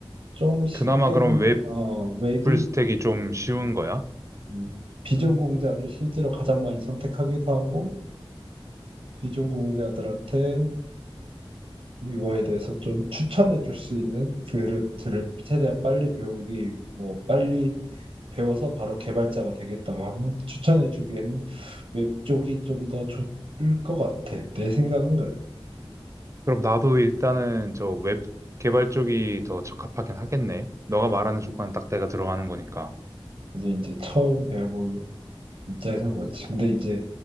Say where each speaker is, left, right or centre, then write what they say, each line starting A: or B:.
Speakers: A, on the right; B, on the right.
A: 좀 쉽게
B: 그나마 그럼
A: 하-
B: 웹
A: 어, 웹이
B: 풀스택이 좀 쉬운
A: 음,
B: 거야?
A: 음, 비전공자들이 실제로 가장 많이 선택하기도 하고 비전공자들한테 이거에 대해서 좀 추천해 줄 수 있는 글을 들을 최대한 빨리 배우기 뭐 빨리 배워서 바로 개발자가 되겠다고 하면 추천해 주기에는 웹 쪽이 좀 더 좋을 것 같아. 내 생각은 그래.
B: 그럼 나도 일단은 저 웹 개발 쪽이 더 적합하긴 하겠네. 너가 말하는 조건은 딱 내가 들어가는 거니까.
A: 그래서 이제 처음 배워보는 입장에서는 그렇지. 근데 이제